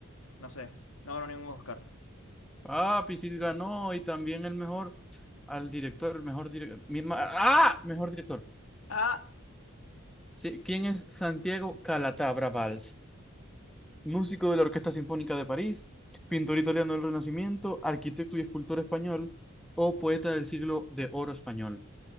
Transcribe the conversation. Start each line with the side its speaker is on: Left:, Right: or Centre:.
Left: No sé. No ganó ningún Oscar.
Centre: Papi, sí ganó y también el mejor, al director, el mejor director. ¡Ah! Mejor director.
Left: Ah,
Centre: Sí, ¿quién es Santiago Calatabra Valls? músico de la Orquesta Sinfónica de París, pintor italiano del Renacimiento, arquitecto y escultor español, o poeta del siglo de oro español.